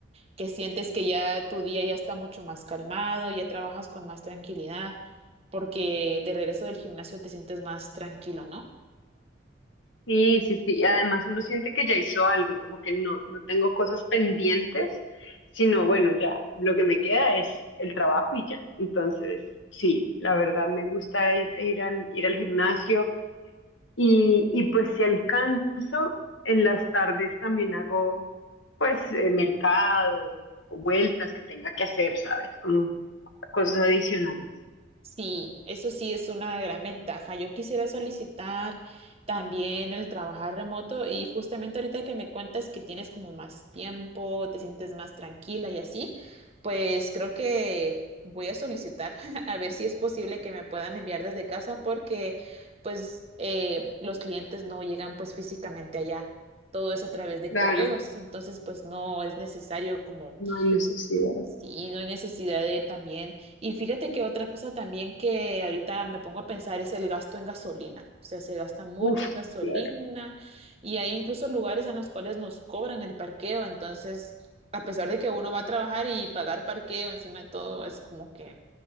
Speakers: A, on the right (about 30°); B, on the left (about 75°).
A: que sientes que ya tu día ya está mucho más calmado, ya trabajas con más tranquilidad, porque de regreso del gimnasio te sientes más tranquilo, ¿no?
B: Sí, sí, sí. Y además uno siente que ya hizo algo, como que no, no tengo cosas pendientes, sino bueno, ya lo que me queda es el trabajo y ya. Entonces, sí, la verdad me gusta ir, ir al, ir al gimnasio y, y pues si alcanzo, en las tardes también hago pues eh, mercado o vueltas que tenga que hacer, ¿sabes? Como cosas adicionales.
A: Sí, eso sí es una gran ventaja. Yo quisiera solicitar también el trabajar remoto y justamente ahorita que me cuentas que tienes como más tiempo, te sientes más tranquila y así, pues creo que voy a solicitar <laughs> a ver si es posible que me puedan enviar desde casa porque pues eh, los clientes no llegan pues físicamente allá. Todo es a través de
B: Claro,
A: correos, entonces pues no es necesario como
B: no hay necesidad.
A: Sí, no hay necesidad de también. Y fíjate que otra cosa también que ahorita me pongo a pensar es el gasto en gasolina. O sea, se gasta mucho
B: Uf,
A: en gasolina
B: claro.
A: y hay incluso lugares en los cuales nos cobran el parqueo. Entonces, a pesar de que uno va a trabajar y pagar parqueo encima de todo es como que